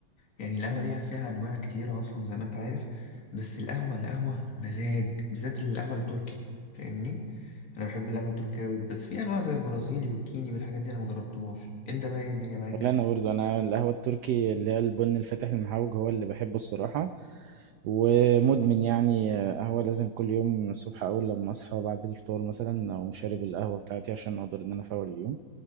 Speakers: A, on the left; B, on the right.
A: يعني القهوة ليها فيها انواع كتيرة اصلا زي ما انت عارف بس القهوة القهوة مزاج بالذات القهوة التركي فاهمني انا بحب القهوة التركية أوي بس في انواع زي البرازيلي والكيني والحاجات دي انا مجربتهاش انت بقى ايه الدنيا معاك
B: ولا أنا برضو أنا القهوة التركي اللي هي البن الفاتح المحوج هو اللي بحبه الصراحة ومدمن يعني آه، قهوة لازم كل يوم الصبح أول لما أصحى بعد الفطار مثلا أقوم شارب القهوة بتاعتي عشان أقدر إن أنا أفوق اليوم